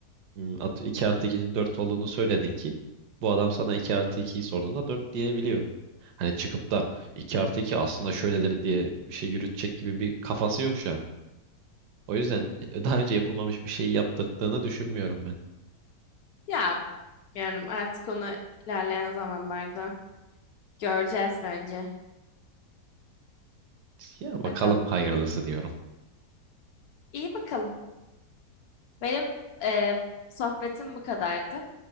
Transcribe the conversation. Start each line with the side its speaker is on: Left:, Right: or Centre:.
Right: m, at- 2 artı 2'nin 4 olduğunu söyledin ki bu adam sana 2 artı 2'yi sorduğunda 4 diyebiliyor. Hani çıkıp da 2 artı 2 aslında şöyledir diye bir şey yürütecek gibi bir kafası yok şu an. O yüzden e, daha önce yapılmamış bir şey yaptırdığını düşünmüyorum ben.
Left: Ya bilmiyorum artık onu ilerleyen zamanlarda göreceğiz bence.
Right: Ya bakalım
Left: Bakalım.
Right: hayırlısı diyorum.
Left: İyi bakalım. Benim e, sohbetim bu kadardı.